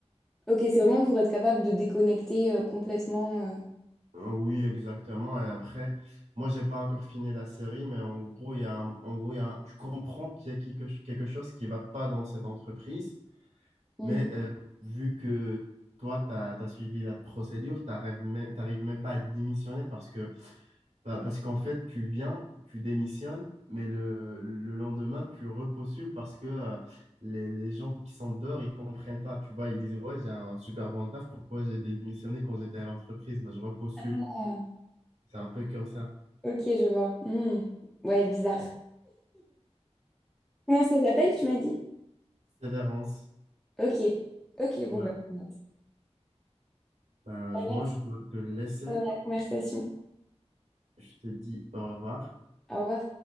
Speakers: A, in the centre; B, on the right (about 85°).
A: Ok, c'est vraiment pour être capable de déconnecter euh, complètement. euh.
B: Ah Oui, exactement. Et après, moi, j'ai pas encore fini la série, mais en gros, il y a un- en gros, il y a un- tu comprends qu'il y a quelque, quelque chose qui va pas dans cette entreprise,
A: Mhm.
B: mais euh, vu que toi, tu as, suivi la procédure, tu n'arrives même, t'arrives même pas à démissionner parce que, bah, parce qu'en fait, tu viens, tu démissionnes, mais le, le lendemain, tu repostules parce que euh, les, les gens qui sont dehors, ils comprennent pas. Tu vois, ils disent, ouais, j'ai un super bon taf, pourquoi j'ai démissionné quand j'étais à l'entreprise? Bah, je repostule.
A: Ah,
B: C'est un peu comme ça.
A: ok, je vois. Hmm. Ouais, bizarre. Comment ça s'appelle, tu m'as dit?
B: Sévérance.
A: Ok, ok, bon,
B: Bah,
A: bah, on note.
B: bah,
A: Ça
B: je-
A: va,
B: moi, je dois te laisser.
A: la conversation.
B: Je te dis au revoir.
A: Au revoir.